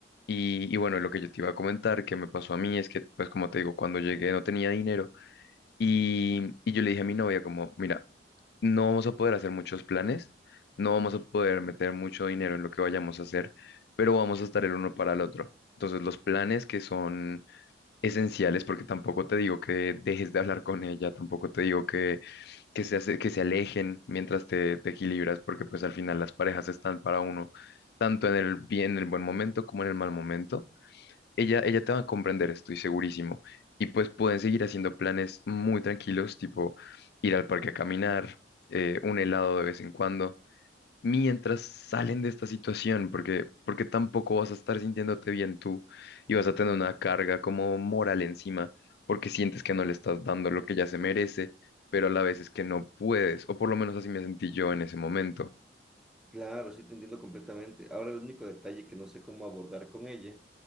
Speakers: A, on the left; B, in the centre.
A: Y, y bueno, lo que yo te iba a comentar que me pasó a mí es que, pues como te digo, cuando llegué no tenía dinero y, y yo le dije a mi novia como, mira, no vamos a poder hacer muchos planes, no vamos a poder meter mucho dinero en lo que vayamos a hacer, pero vamos a estar el uno para el otro. Entonces, los planes que son esenciales, porque tampoco te digo que dejes de hablar con ella, tampoco te digo que, que se, hace- que se alejen mientras te, te equilibras, porque pues al final las parejas están para uno, tanto en el bien, en el buen momento como en el mal momento. Ella, ella te va a comprender, estoy segurísimo. Y pues pueden seguir haciendo planes muy tranquilos, tipo ir al parque a caminar, eh, un helado de vez en cuando mientras salen de esta situación, porque, porque tampoco vas a estar sintiéndote bien tú y vas a tener una carga como moral encima, porque sientes que no le estás dando lo que ya se merece, pero a la vez es que no puedes, o por lo menos así me sentí yo en ese momento.
B: Claro, sí te entiendo completamente. Ahora el único detalle que no sé cómo abordar con ella